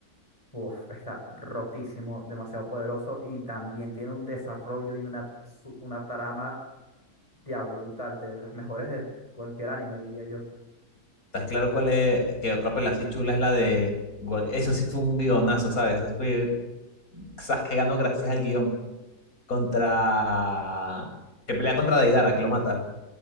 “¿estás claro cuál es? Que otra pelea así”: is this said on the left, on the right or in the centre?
Left